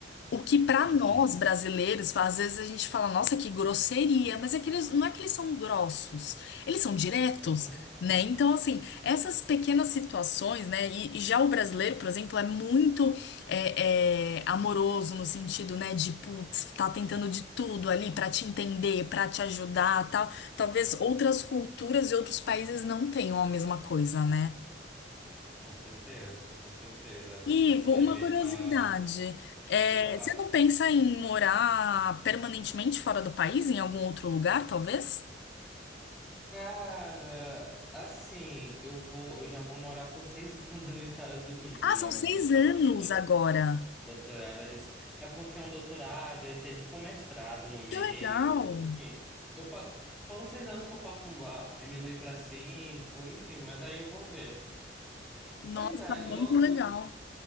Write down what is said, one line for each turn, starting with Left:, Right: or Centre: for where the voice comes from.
Left: O que para
Centre: Uhum,
Left: nós brasileiros, às vezes a gente fala, nossa, que grosseria, mas é que eles, não é que eles são grossos, eles são diretos,
Centre: uhum,
Left: né? Então, assim, essas pequenas situações, né? E, e já o brasileiro, por exemplo, é muito é, é, amoroso no sentido, né, de putz, tá tentando de tudo ali para te entender, para te ajudar, tal. Talvez outras culturas e outros países não tenham a mesma coisa, né?
Centre: com certeza, com certeza. A gente
Left: Ivo,
Centre: Não tem
Left: uma
Centre: a mesma.
Left: curiosidade. É,
Centre: Diga lá.
Left: você não pensa em morar permanentemente fora do país, em algum outro lugar, talvez?
Centre: Cara, assim, eu vou, eu já vou morar por seis <laughs> anos nos Estados Unidos,
Left: Ah,
Centre: né?
Left: são seis
Centre: Doutor,
Left: anos
Centre: meu doutor,
Left: agora.
Centre: Doutorado, eu disse, é porque é um doutorado e tem tipo um mestrado no meio,
Left: Que legal!
Centre: enfim. Eu pa- foram seis anos que eu posso ah, diminuir para cinco, enfim, mas aí eu vou ver.
Left: Nossa,
Centre: Pois é,
Left: muito
Centre: eu,
Left: legal.
Centre: eu,